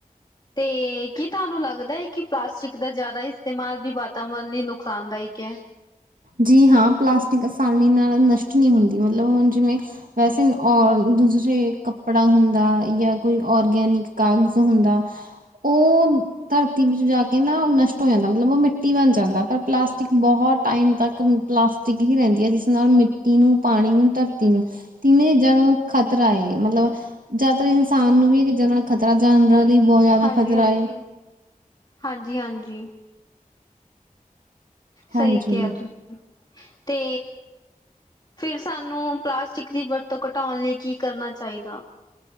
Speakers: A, on the left; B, on the right.
A: ਤੇ ਕੀ ਤੁਹਾਨੂੰ ਲੱਗਦਾ ਐ ਕਿ ਪਲਾਸਟਿਕ ਦਾ ਜ਼ਿਆਦਾ ਇਸਤੇਮਾਲ ਵੀ ਵਾਤਾਵਰਨ ਲਈ ਨੁਕਸਾਨਦਾਇਕ ਐ?
B: ਜੀ ਹਾਂ ਪਲਾਸਟਿਕ ਆਸਾਨੀ ਨਾਲ ਨਸ਼ਟ ਨੀ ਹੁੰਦੀ ਮਤਲਬ ਹੁਣ ਜਿਵੇਂ ਵੈਸੇ ਔਰ ਦੂਸਰੇ ਕੱਪੜਾ ਹੁੰਦਾ ਜਾਂ ਕੋਈ ਔਰਗੈਨਿਕ ਕਾਗਜ਼ ਹੁੰਦਾ ਔਨ ਧਰਤੀ ਵਿੱਚ ਜਾ ਕੇ ਨਾਅ ਨਸ਼ਟ ਹੋ ਜਾਂਦਾ ਮਤਲਬ ਉਹ ਮਿੱਟੀ ਬਣ ਜਾਂਦਾ ਪਰ ਪਲਾਸਟਿਕ ਬਹੁਤ ਟਾਈਮ ਤੱਕ ਪਲਾਸਟਿਕ ਹੀ ਰਹਿੰਦੀ ਆ ਜਿਸ ਨਾਲ ਮਿੱਟੀ ਨੂੰ, ਪਾਣੀ ਨੂੰ, ਧਰਤੀ ਨੂੰ ਤਿੰਨ ਚੀਜ਼ਾਂ ਨੂੰ ਖ਼ਤਰਾ ਏ ਮਤਲਬ ਜਿਆਦਾਤਰ ਇਨਸਾਨ ਨੂੰ ਵੀ ਇਹ ਚੀਜ਼ਾਂ ਨਾਲ ਖ਼ਤਰਾ ਜਾਨਵਰਾਂ ਲਈ ਬਹੁਤ ਜ਼ਿਆਦਾ
A: ਹਾਂਜੀ-ਹਾਂਜੀ,
B: ਖ਼ਤਰਾ ਏ।
A: ਹਾਂਜੀ-ਹਾਂਜੀ।
B: ਹਾਂਜੀ।
A: ਸਈ ਕਿਹਾ ਤੁ, ਤੇ ਫਿਰ ਸਾਨੂੰ ਪਲਾਸਟਿਕ ਦੀ ਵਰਤੋਂ ਘਟਾਉਣ ਲਈ ਕੀ ਕਰਨਾ ਚਾਈਦਾ?